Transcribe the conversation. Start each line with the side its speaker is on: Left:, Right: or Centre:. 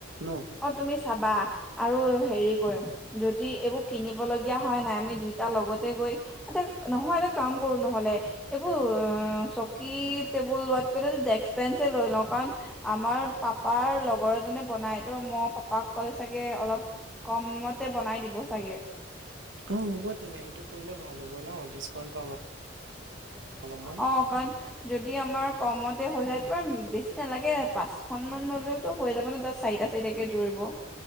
Right: ন।
Centre: অ তুমি চাবা আৰু হেৰি কৰিম। যদি এইবোৰ কিনিব লগীয়া হয় নাই আমি দুইটাৰ লগতে গৈ, আচ্ছা, নহয় এটা কাম কৰো নহলে। এইবোৰ চকী টেবুল লোৱাতকৈ ডে্ক বেঞ্চে লৈ লওঁ। কাৰণ, আমাৰ পাপাৰ লগৰ এজনে বনাই, ত মই পাপাক ক'লে চাগে, অলপ কমতে বনাই দিব চাগে।
Right: অ হ'ব তেনে সেইটো কৰিলে ভাল হ'ব ন ডিচকাউণ্ট পাম। অলপমান
Centre: অ কাৰণ, যদি আমাৰ কমতে হৈ যায়। তোমাৰ বেছি নালাগে পাঁচখনন মান ললেওতো হৈ যাব ন চাৰিটা, চাৰিতাকে জুৰিব